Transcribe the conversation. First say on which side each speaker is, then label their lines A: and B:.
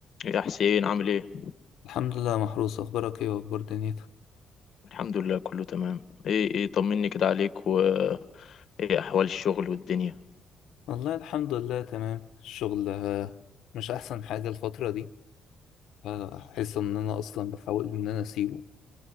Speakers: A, on the left; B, on the left.
A: إيه يا حسين عامل ايه
B: الحمد لله محروس اخبارك ايه واخبار دنيتك
A: الحمد لله كله تمام ايه ايه طمني كده عليك و ايه احوال الشغل والدنيا
B: والله الحمد لله تمام الشغل آه، مش احسن حاجة الفترة دي فاحس ان انا اصلا بحاول ان انا اسيبه